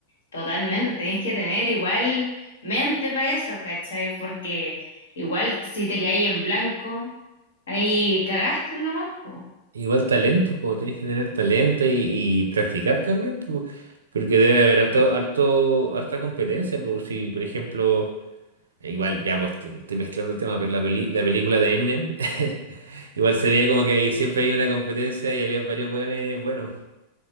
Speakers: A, on the left; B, on the right.
A: totalmente, tenéis que tener igual mente para eso, ¿cachai? Porque igual si te quedáis en blanco, ahí cagaste nomás, pues.
B: Igual talento, pues tenés que tener talento y, y practicar también, pues, porque debe haber harto, harto, harta competencia, pues si por ejemplo, eh, igual ya pues te- estoy mezclando el tema, pero la peli- la película de Eminem, <laughs> igual se veía como que ahí siempre hay una competencia y había varios buenos, bueno,